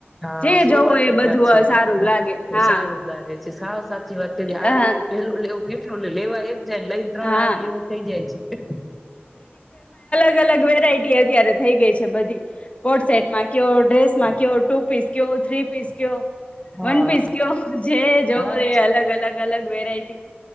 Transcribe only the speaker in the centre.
હા
સો
વાત
ન
વાત છે
સારું જ લાગે છે સાવ સાચી વાત કરી
આ લેવું પેલું લેવું કેટલું લેવાય ને લઈને ત્રણ
આવી એવું થઈ જાય છે.
હા.
હા